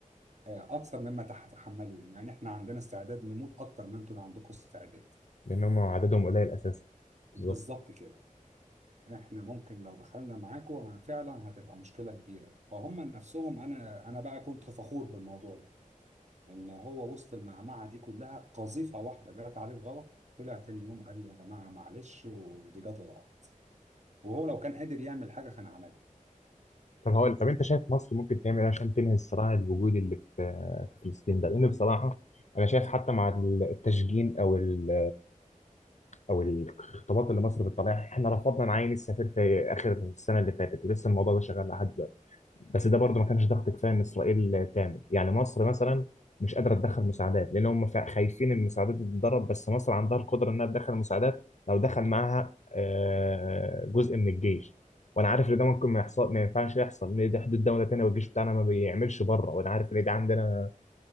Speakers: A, on the right; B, on the left.
A: آه، اكثر مما تتحملون يعني احنا عندنا استعداد نموت اكثر ما انتم عندكم استعداد
B: لان هم عددهم قليل اساسا بالظبط
A: بالظبط كده احنا ممكن لو دخلنا معاكم فعلا هتبقى مشكله كبيره فهم نفسهم انا انا بقى كنت فخور بالموضوع ده ان هو وسط المعمعه دي كلها قذيفه واحده جت عليه غلط طلع تاني يوم قال لي يا جماعه معلش ودي جت غلط وهو لو كان قادر يعمل حاجه كان عملها
B: طب هقول طب انت شايف مصر ممكن تعمل ايه عشان تنهي الصراع الوجودي اللي في في فلسطين ده لان بصراحه انا شايف حتى مع التشجين او ال او الخطابات اللي مصر بتطلعها احنا رفضنا نعين السفير في اخر السنه اللي فاتت ولسه الموضوع ده شغال لحد دلوقتي بس ده برضه ما كانش ضغط كفايه ان اسرائيل تعمل يعني مصر مثلا مش قادره تدخل مساعدات لان هم فا- خايفين ان المساعدات دي تتضرب بس مصر عندها القدره انها تدخل مساعدات لو دخل معاها آه، جزء من الجيش وانا عارف ان ده ممكن ما يحصل ما ينفعش يحصل لان دي حدود دوله تانيه والجيش بتاعنا ما بيعملش بره وانا عارف ان دي عندنا